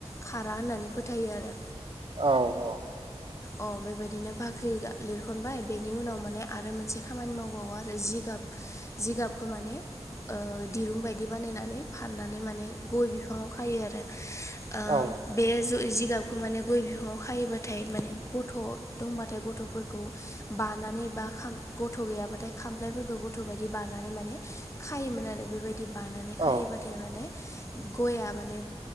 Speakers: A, on the left; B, on the right.
A: खारा होननानै फोथायो आरो।
B: औ औ
A: ओ अ बेबायदिनो बाख्रि लिरखनबाय बेनि उनाव माने आरो मोनसे खामानि मावबावो आरो जिगाब जिगाबखौ माने ओ दिरुं बायदि बानायनानै फाननानै माने गय बिफाङाव खायो आरो। ओ
B: औ
A: बे जिगाबखौ माने गय बिफाङाव खायोबाथाय माने गथ' दंबाथाय गथ'फोरखौ बानानै बा खाम गथ' गैयाबाथाय खामफ्लायफोरखौ गथ' बायदि बानानै माने खायोमोन आरो बेबायदि बानानै
B: औ
A: खायोबाथाय माने गया माने